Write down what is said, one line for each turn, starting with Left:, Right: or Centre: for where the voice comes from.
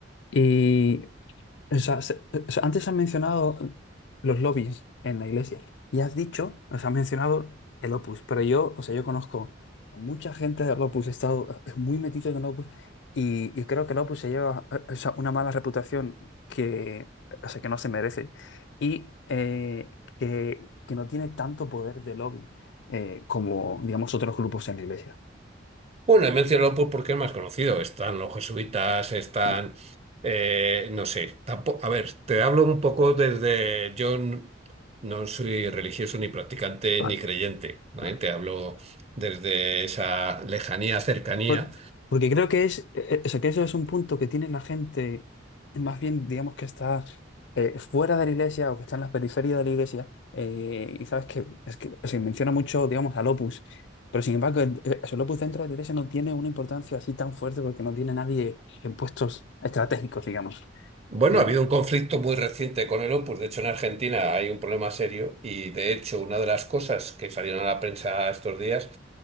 Left: Y O sea, se- eh, o sea, antes has mencionado los lobbies en la iglesia y has dicho, o sea, has mencionado el Opus, pero yo, o sea, yo conozco a mucha gente del Opus, he estado eh, muy metido en el Opus y, y creo que el Opus se lleva, eh, o sea, una mala reputación que, o sea, que no se merece y eh, que, que no tiene tanto poder de lobby eh, como, digamos, otros grupos en la iglesia.
Right: Bueno, he mencionado pues porque es más conocido. Están los jesuitas, están,
Left: Mm,
Right: eh, no sé, tampoco, a ver, te hablo un poco desde, yo n- no soy religioso ni practicante
Left: Vale,
Right: ni creyente, ¿vale?
Left: vale.
Right: Te hablo desde esa lejanía, cercanía.
Left: Por- Porque creo que es, eh, o sea, que eso es un punto que tiene la gente, eh, más bien, digamos que está eh, fuera de la iglesia o que está en la periferia de la iglesia, eh, y sabes que, es que se menciona mucho, digamos, al Opus, pero sin embargo, el, eh, el Opus dentro de la iglesia no tiene una importancia así tan fuerte porque no tiene nadie en puestos estratégicos, digamos.
Right: Bueno,
Left: En-
Right: ha habido un conflicto muy reciente con el Opus. De hecho, en Argentina hay un problema serio y, de hecho, una de las cosas que salieron a la prensa estos días